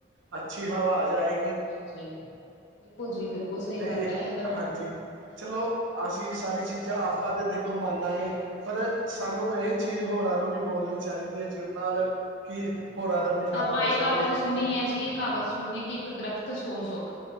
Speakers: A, on the right (about 80°); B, on the left (about 65°).
A: ਅੱਛੀ ਹਵਾ ਆ ਜਾਏ।
B: ਹਾਂਜੀ-ਹਾਂਜੀ ਬਿਲਕੁਲ ਜੀ ਬਿਲਕੁਲ ਸਹੀ
A: ਤੇ
B: ਗੱਲ ਏ ਇਹ ਤਾਂ।
A: ਹਾਂਜੀ ਚਲੋ, ਅਸੀਂ ਸਾਰੀ ਚੀਜ਼ਾਂ ਆਪਾਂ ਤਾਂ ਦੇਖੋ ਮੰਨ ਲਾਗੇ। ਪਰ ਸਾਨੂੰ ਇਹ ਚੀਜ਼ ਹੋਰਾਂ ਨੂੰ ਵੀ ਬੋਲਣੀ ਚਾਹੀਦੀ ਏ ਜਿਹਦੇ ਨਾਲ ਕਿ
B: ਹਾਂਜੀ-ਹਾਂਜੀ।
A: ਹੋਰਾਂ ਦਾ ਵੀ
B: ਹੁਣ
A: ਫਾਇਦਾ
B: ਆਪਾਂ
A: ਹੋ
B: ਇਹ ਕਹਾਵਤ
A: ਸਕੇ
B: ਸੁਣੀ ਏ ਜੀ ਇਹ ਕਹਾਵਤ ਸੁਣੀਏ ਕਿ ਇੱਕ ਦਰਖਤ ਸੋ ਸੁੱਖ